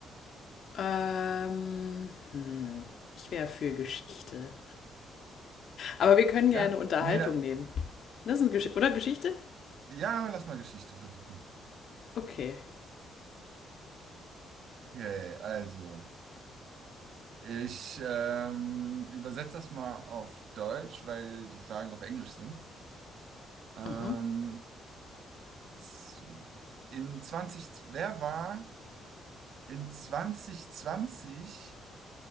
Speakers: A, on the left; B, on the right.
A: Ähm, hm, ich wäre für Geschichte. Aber wir können
B: Ja?
A: gerne Unterhaltung
B: Nee, da.
A: nehmen. Das ist eine Geschichte, oder Geschichte?
B: Ja, lass mal Geschichte versuchen.
A: Okay.
B: Okay, also. Ich ähm, übersetze das mal auf Deutsch, weil die Fragen auf Englisch sind. Ähm,
A: Mhm.
B: z- in 20, wer war in zwanzig zwanzig